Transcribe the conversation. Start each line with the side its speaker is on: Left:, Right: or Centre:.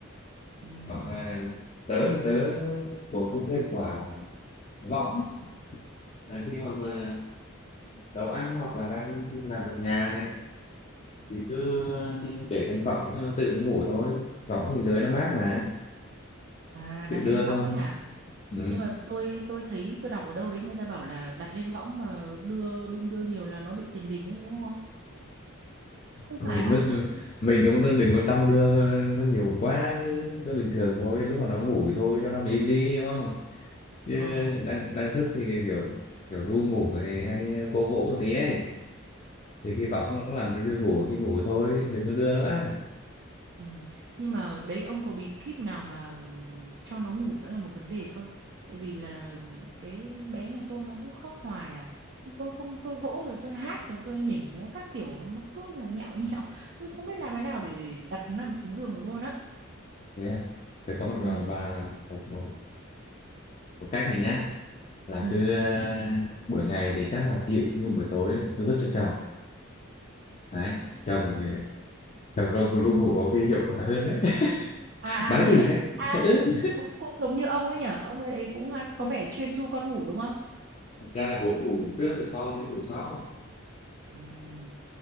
Right: Ừm.
Left: còn à, tớ thì tớ bổ sung thêm quả vọng ấy. là khi mà, mà nấu ăn hoặc là đang làm việc nhà này thì cứ để cái vọng ờ, tự nó ngủ thôi võng thì lưới nó mát mà
Right: à
Left: tự
Right: đặt
Left: đưa
Right: lên
Left: thôi
Right: võng ấy hả
Left: ừ.
Right: nhưng mà tôi tôi thấy tôi đọc ở đâu đấy người ta bảo là đặt lên võng mà đưa đung đưa nhiều là nó bị tiền đình ấy đúng không không
Left: không
Right: phải
Left: đến
Right: à
Left: mức mình cũng đừng có đong đưa nó nhiều quá cứ đưa bình thường thôi lúc mà nó ngủ thì thôi cho nó mà im đi đúng không chứ
Right: ờ
Left: đang đang thức thì kiểu kiểu ru ngủ thì hay vỗ vỗ một tí ấy thì khi vọng nó cũng làm cho đưa ngủ khi ngủ thôi đừng có đưa nữa
Right: ừ. nhưng mà đấy ông có bí kíp nào mà cho nó ngủ nữa là một vấn đề cơ tại vì là cái bé nhà tôi nó cứ khóc hoài à tôi không tôi vỗ rồi tôi hát rồi tôi nhảy múa các kiểu nó cứ nhào nhạo nhạo <laughs> tôi không biết làm thế nào để, để đặt nằm xuống giường được luôn á
Left: yeah. phải có một
Right: ừ
Left: mà một, một, một cách này nhá là
Right: ừ
Left: cứ uh, buổi ngày thì chắc là chịu nhưng buổi tối cứ vứt cho chồng đấy chồng chồng ru ru ngủ có khi hiệu quả hơn đấy
Right: à
Left: <laughs> bán
Right: à thế
Left: thử
Right: á
Left: xem
Right: à
Left: <laughs>
Right: cũng cũng giống như ông ấy nhở ông ấy cũng hay có
Left: Ừ.
Right: vẻ chuyên du con ngủ đúng không
Left: ra là buổi ngủ trước thì con đến ngủ sau
Right: Ừm,